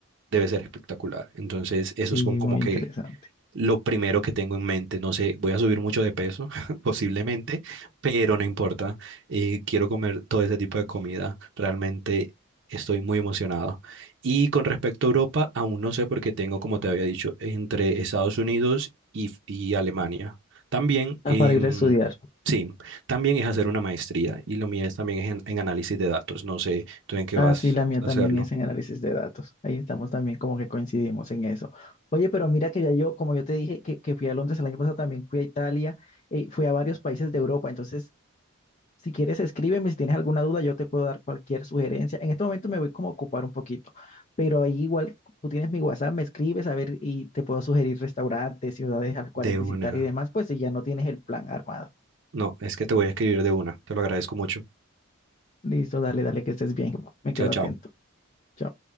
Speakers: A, on the right; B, on the left.
A: debe ser espectacular. Entonces, eso
B: Sí,
A: es como, como
B: muy
A: que
B: interesante.
A: lo primero que tengo en mente. No sé, voy a subir mucho de peso, <laughs> posiblemente, pero no importa. eh, quiero comer todo ese tipo de comida. Realmente estoy muy emocionado. Y con respecto a Europa, aún no sé porque tengo, como te había dicho, entre Estados Unidos y, y Alemania. También, em,
B: Ah, para ir a estudiar.
A: sí, también es hacer una maestría y lo mío es también es en, en análisis de datos. No sé tú en qué
B: Ah,
A: vas
B: sí, la mía
A: a
B: también
A: hacerlo.
B: es en análisis de datos. Ahí estamos también como que coincidimos en eso. Oye, pero mira que ya yo, como yo te dije que, que fui a Londres el año pasado, también fui a Italia, eh, fui a varios países de Europa. Entonces, si quieres, escríbeme. Si tienes alguna duda, yo te puedo dar cualquier sugerencia. En este momento me voy como a ocupar un poquito, pero ahí igual tú tienes mi WhatsApp, me escribes a ver y te puedo sugerir restaurantes, ciudades a las cuales
A: De
B: visitar
A: una.
B: y demás, pues si ya no tienes el plan armado.
A: No, es que te voy a escribir de una. Te lo agradezco mucho.
B: Listo, dale, dale, que estés bien. Me
A: Chao,
B: quedo
A: chao.
B: atento. Chao.